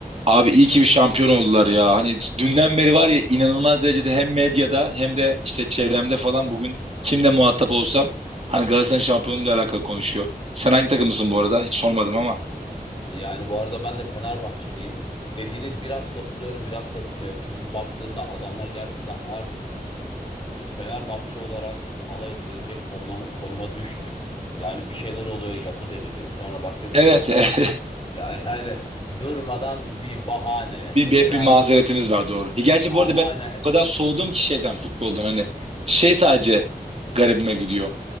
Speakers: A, on the right; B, on the left.
A: Abi iyi ki bir şampiyon oldular ya. Hani dünden beri var ya inanılmaz derecede hem medyada hem de işte çevremde falan bugün kimle muhatap olsam hani Galatasaray'ın şampiyonluğuyla alakalı konuşuyor. Sen hangi takımısın bu arada? Hiç sormadım ama.
B: Yani bu arada ben de Fenerbahçeliyim. Dediğine biraz katılıyorum, biraz katılmıyorum. Çünkü baktığında adamlar gerçekten artık Fenerbahçe olarak alay edilecek konuma, konuma düştük. Yani bir şeyler oluyor, yapı deniliyor. Sonra başka bir
A: Evet.
B: şey deniliyor.
A: <laughs>
B: Ya yani durmadan bir bahane.
A: bir,
B: Mesela
A: bir, bir mazeretimiz var doğru. Ya gerçi
B: a-
A: bu arada
B: aynı
A: ben o kadar soğudum ki şeyden futboldan hani şey sadece garibime gidiyor.